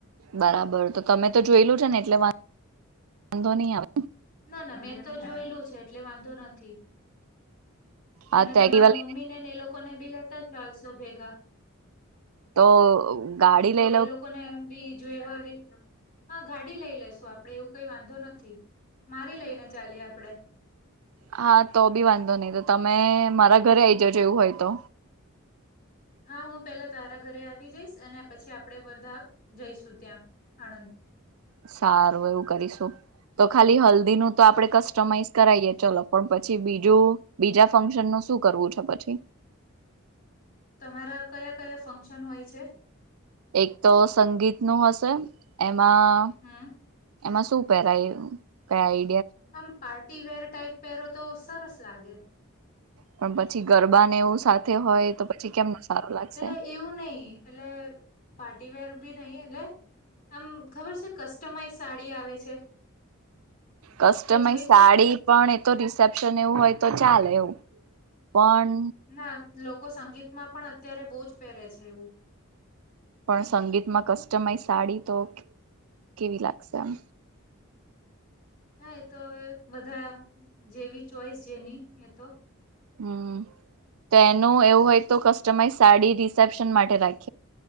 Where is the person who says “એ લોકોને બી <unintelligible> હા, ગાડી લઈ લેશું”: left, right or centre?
Left